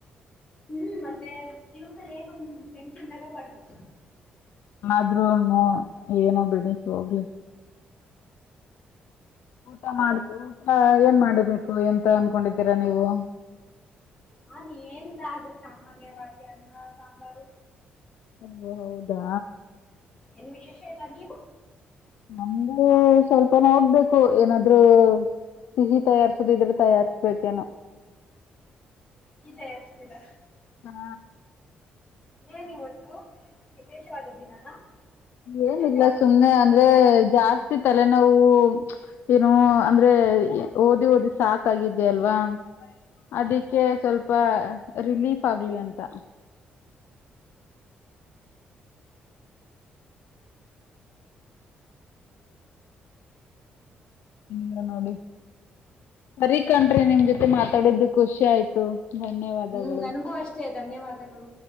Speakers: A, on the left (about 30°); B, on the left (about 80°).
A: ಹ್ಮ್ ಮತ್ತೆ ಜೀವನದಲ್ಲಿ ಏನು ಟೆನ್ಷನ್ ತಗೋಬಾರ್ದು
B: ಆದ್ರೂ ಏನೋ ಬಿಡಿ ಹೋಗ್ಲಿ ಊಟ ಮಾಡದು ಊಟ ಏನ್ ಮಾಡಬೇಕು ಎಂತ ಅನ್ಕೊಂಡಿದ್ದೀರಾ ನೀವು?
A: ನಾನು ಏನಿಲ್ಲ ಅದೆ ಸಾಮಾನ್ಯವಾಗಿ ಅನ್ನ ಸಾಂಬಾರು,
B: ಹ ಹೌದಾ
A: ಏನು ವಿಶೇಷ ಇಲ್ಲ ನೀವು
B: ನಮ್ದು ಸ್ವಲ್ಪ ನ ಹೋಗ್ಬೇಕು ಏನಾದ್ೂ ಸಿಹಿ ತಯಾರ್ಸದ ಇದ್ರೆ ತಯಾರ್ಸ್ಬೇಕೇನೋ
A: ತಯಸ್ತಿರಾ
B: ಹಾ
A: ಏನ್ ಇವತ್ತು ವಿಶೇಷವಾದ ದಿನನ
B: ಏನಿಲ್ಲ
A: ವಿಶೇಷವಾದ
B: ಸುಮ್ನೆ
A: ದಿನನ
B: ಅಂದ್ರೆ ಜಾಸ್ತಿ ತಲೆನೋವು ಏನು ಅಂದ್ರೆ ಓದಿ ಓದಿ ಸಾಕಾಗಿದೆ ಅಲ್ವಾ ಅದಕ್ಕೆ ಸ್ವಲ್ಪ ರಿಲೀಫ್ ಆಗ್ಲಿ ಅಂತ ನ ನಿ ಅರಿ ಕಂ್ರಿ ನಿಮ್ ಜೊತೆ ಮಾತಾಡಿದ್ದು ಖುಷಿ <inaudible> ಆಯ್ತು. ಧನ್ಯವಾದಗಳು.
A: ಹ್ಮ್ ನನಗೂ ಅಷ್ಟೇ ಧನ್ಯವಾದಗಳು